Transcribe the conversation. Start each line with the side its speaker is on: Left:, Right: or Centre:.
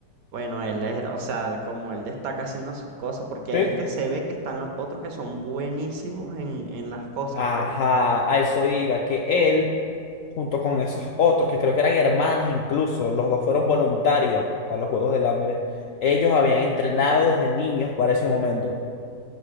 Right: Bueno, él es, o sea, como él destaca haciendo sus cosas, porque
Left: Sí.
Right: ahí es que se ve que están los otros que son buenísimos en, en las cosas,
Left: Ajá,
Right: pues.
Left: a eso iba, que él, junto con esos otros, que creo que eran hermanos incluso, los dos fueron voluntarios a los Juegos del Hambre, ellos habían entrenado desde niños para ese momento.